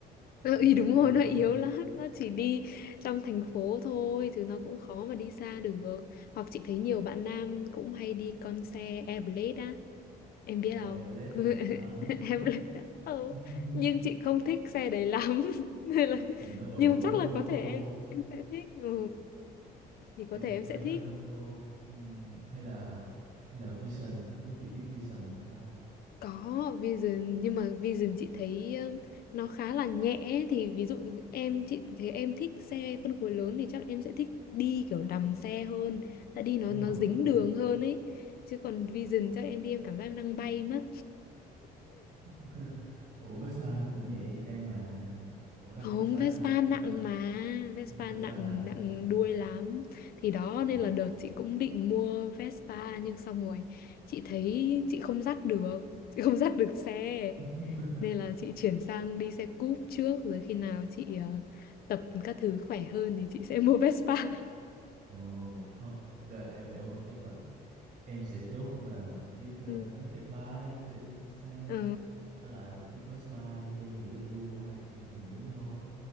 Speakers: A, on the right; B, on the left.
A: kiểu
B: Ừ,
A: năm
B: đúng
A: mươi
B: rồi
A: thì
B: nó
A: nó
B: yếu
A: hơi yếu
B: lắm nó chỉ đi trong thành phố thôi chứ nó cũng khó mà đi xa được hoặc chị thấy nhiều bạn nam cũng hay đi con xe Airblade á em
A: ồ
B: biết không
A: oh, Airblade
B: <laughs>
A: hả à biết
B: Airblade
A: biết biết
B: á ừ.
A: <laughs>
B: nhưng chị không thích xe đấy lắm <laughs> nên là
A: nhìn nó bự
B: nhưng
A: quá
B: chắc
A: đúng
B: là
A: không nó
B: có
A: thô
B: thể em
A: đúng không
B: em sẽ thích ừ. thì có
A: em
B: thể
A: cũng
B: em
A: thấy
B: sẽ
A: nó
B: thích
A: hơi thô Ừm, hay là hay là Vision không biết chị biết Vision không ta
B: Có Vision nhưng mà Vision chị thấy um, nó khá là nhẹ ấy. thì ví dụ em chị thấy em thích xe phân khối lớn thì chắc em sẽ thích đi kiểu đầm xe hơn, tại đi nó
A: đúng
B: nó
A: rồi đúng
B: dính
A: rồi
B: đường hơn ấy. Chứ còn Vision chắc em đi em cảm giác em đang bay mất.
A: <laughs> ủa Vespa nó cũng nhẹ y chang mà ủa đâu
B: Không,
A: Vespa hơi
B: Vespa
A: nặng đó
B: nặng
A: ha
B: mà, Vespa
A: Ừm, Vespa
B: nặng
A: nặng Vespa
B: nặng
A: nặng
B: đuôi lắm. Thì đó nên
A: ồ
B: là đợt chị cũng định mua Vespa nhưng xong rồi chị thấy chị không dắt được, <laughs> chị không dắt được xe.
A: <laughs>
B: Nên là chị chuyển sang đi xe cúp trước rồi khi nào chị ờ, tập các thứ khỏe hơn thì chị sẽ mua Vespa. <laughs>
A: ồ thôi ok em hiểu rồi chắc là Em sẽ chốt là một chiếc uh,
B: Ừ.
A: naked bike để đi, đi xa
B: Ờ,
A: với lại một chiếc Vespa đi em nghĩ là gu của hai chị em mình giống nhau á